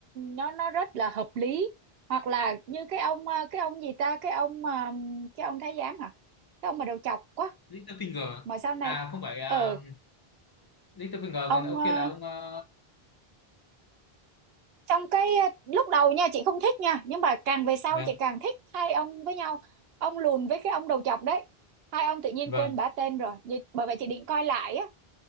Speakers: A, on the right; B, on the left.
A: nó nó rất là hợp lý hoặc là như cái ông ờ, cái ông gì ta cái ông ờ, cái ông thái giám hả cái ông mà đầu chọc quá
B: Littlefinger
A: mà sau này
B: à không phải à,
A: ờ
B: Littlefinger
A: ông
B: còn ông
A: ờ,
B: kia là ông à,
A: trong cái ờ, lúc đầu nha chị không thích nha nhưng mà càng về sau
B: vâng
A: chị càng thích hai ông với nhau ông lùn với cái ông đầu chọc đấy hai ông tự nhiên
B: vâng
A: quên bả tên rồi Vì- bởi vậy chị định coi lại á